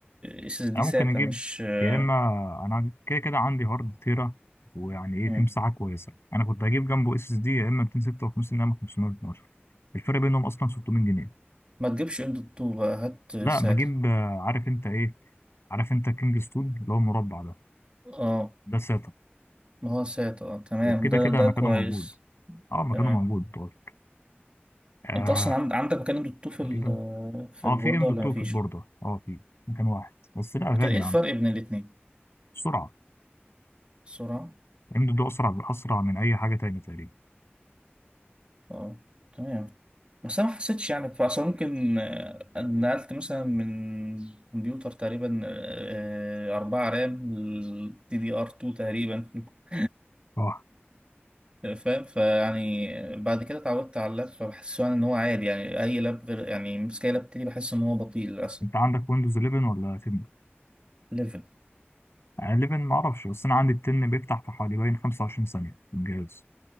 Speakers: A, on the right (about 25°); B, on the left (about 80°).
A: آه، اس اس دي
B: انا
A: ساتا
B: ممكن اجيب
A: مش آه،
B: يا اما انا كده كده عندي هارد تيرا ويعني ايه
A: مم.
B: في مساحه كويسه انا كنت هجيب جنبه اس اس دي يا اما 256 يا اما 512 الفرق بينهم اصلا 600 جنيه
A: ما تجيبش ام دوت 2 بقى هات
B: لا
A: ساتا
B: بجيب آه، عارف انت ايه عارف انت كينج ستون اللي هو المربع ده
A: اه
B: ده ساتا
A: ما هو ساتا اه تمام
B: وكده
A: ده
B: كده
A: ده
B: مكانه
A: كويس
B: موجود اه مكانه
A: تمام
B: موجود طيب آه
A: انت اصلا عند- عندك مكان ام دوت 2 في
B: تقريبا
A: ال- آه، في
B: اه
A: البوردة
B: في ام دوت
A: ولا
B: 2
A: مفيش؟
B: في البورده اه في مكان واحد بس لا غالي
A: كده ايه
B: يا
A: الفرق
B: عم
A: بين الاتنين
B: سرعه
A: السرعة
B: ام دوت 2 اسرع اسرع من اي حاجه تانية تقريبا
A: اه تمام بس انا ما حسيتش يعني فأصلا ممكن آه، نقلت مثلا من كمبيوتر تقريبا آه، أربعة رام دي دي ار 2 تقريبا <laughs>
B: اه
A: فاهم فيعني بعد كده اتعودت على اللاب فبحس يعني ان هو عادي يعني اي لاب غير يعني مسك اي لاب تاني بحس ان هو بطيء للاسف
B: انت عندك ويندوز 11 ولا 10
A: ليفل
B: غالبا ما اعرفش بس انا عندي التن بيفتح في حوالي باين 25 ثانيه من الجهاز